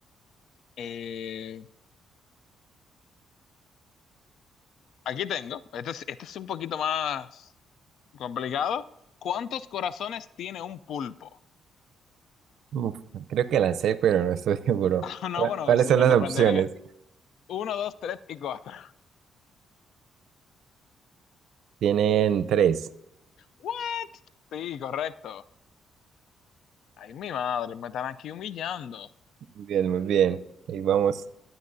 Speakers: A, on the left; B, on the right.
A: Eh, aquí tengo. Este es, este es un poquito más complicado. ¿Cuántos corazones tiene un pulpo? <laughs>
B: Uf, creo que la sé, pero no estoy <laughs> seguro.
A: Ah, no,
B: ¿Cuál-
A: bueno,
B: ¿Cuáles
A: pues
B: son
A: me
B: las
A: sorprendería.
B: opciones?
A: Uno, dos, tres y cuatro.
B: Tienen tres.
A: ¿What? Sí, correcto. Ay, mi madre, me están aquí humillando.
B: Muy bien, muy bien. Ahí vamos